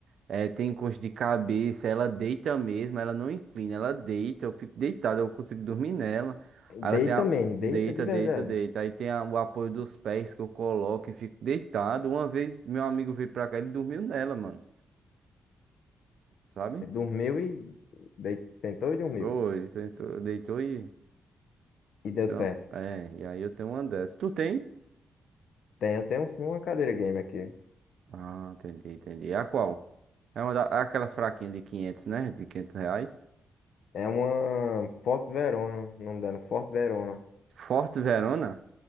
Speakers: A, on the right; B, on the left.
A: É, tem encosto de cabeça, ela deita mesmo, ela não inclina, ela deita, eu fico deitado, eu consigo dormir nela. Aí Ela
B: Deita
A: tem a.
B: mesmo, deita
A: Deita,
B: de verdade.
A: deita, deita. Aí tem a- o apoio dos pés que eu coloco e fico deitado. Uma vez meu amigo veio pra cá, ele dormiu nela, mano. Sabe?
B: Dormiu e. deit- Sentou e dormiu.
A: Foi, sentou, deitou e.
B: E
A: Então,
B: deu certo.
A: é, e aí eu tenho uma dessas. Tu tem?
B: Tenho, tenho sim uma cadeira game aqui.
A: Ah, entendi, entendi. É a qual? É uma da, é aquelas fraquinhas de 500, né? De 500 reais.
B: É uma Forte Verona, o nome dela, Forte Verona.
A: Forte Verona?